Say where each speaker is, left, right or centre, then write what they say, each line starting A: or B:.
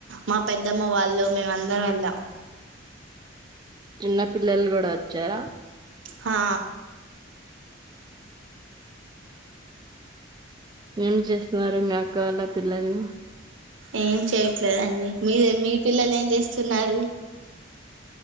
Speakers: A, on the right; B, on the right.
A: మా పెద్దమ్మ వాళ్ళు మేమ అందరం వెళ్ళం
B: చిన్న పిల్లలు కూడా వచ్చారా
A: హా
B: ఏం చేస్తున్నారు మీ అక్క అళ పిల్లలు
A: ఏం చేయట్లేదండి మీరే మీ పిల్లలు ఏం చేస్తున్నారు